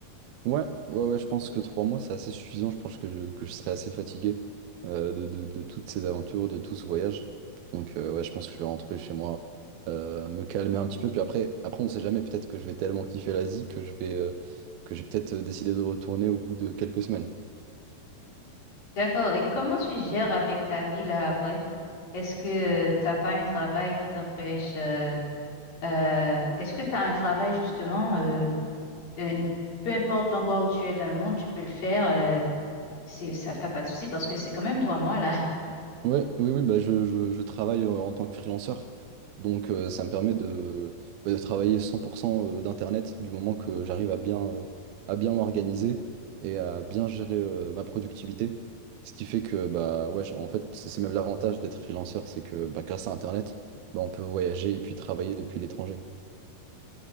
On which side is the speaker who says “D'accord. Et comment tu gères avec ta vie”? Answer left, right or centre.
Left